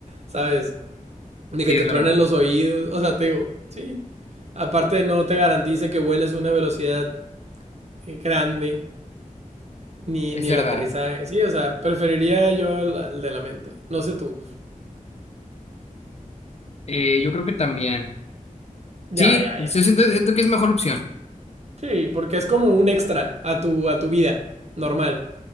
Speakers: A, on the right (about 50°); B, on the left (about 50°).
A: ¿sabes? De
B: Sí,
A: que te
B: es
A: truenen
B: verdad.
A: los oídos, o sea, te digo, sí. Aparte no te garantiza que vueles a una velocidad eh, grande. Ni,
B: Es
A: ni el
B: verdad.
A: aterrizaje. Sí, o sea, preferiría yo el, el de la mente. No sé tú.
B: Eh, yo creo que también.
A: Ya,
B: Sí,
A: ya,
B: yo
A: ya.
B: siento, siento que es mejor opción.
A: Sí, porque es como un extra a tu, a tu vida normal.